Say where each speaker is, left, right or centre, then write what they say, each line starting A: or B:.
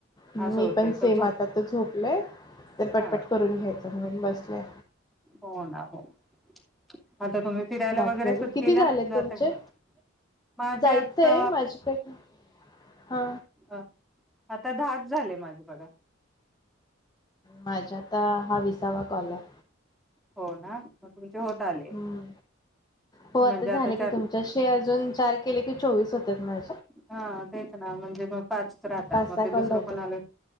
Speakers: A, on the left; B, in the centre.
A: मी
B: असं होतंय
A: पण
B: तर
A: सेम
B: झोप
A: आता तो झोपलंय तर पटपट
B: हा
A: करून घ्यायचं म्हणून बस <unintelligible>
B: हो ना हो म आता तुम्ही फिरायला
A: बाकी
B: वगैरे
A: अजून
B: सुट्टीला
A: किती झालेत
B: जाता
A: तुमचे?
B: काय माझी
A: जायचंय
B: आता
A: माझ्याकडे हा
B: अ आता दहाच झाले माझे बघा.
A: माझा आता हा विसावा कॉल आहे.
B: हो ना मग मी की होत आले.
A: हम्म हो
B: म्हणजे
A: झाले
B: आता
A: की
B: चार
A: तुमच्याशी अजून चार केले की चोवीस होतात माझे.
B: हा तेच ना म्हणजे मग पाचच राहतात
A: पाच
B: मग
A: सहा
B: ते दुसरं
A: कॉल राहतात.
B: कोणाला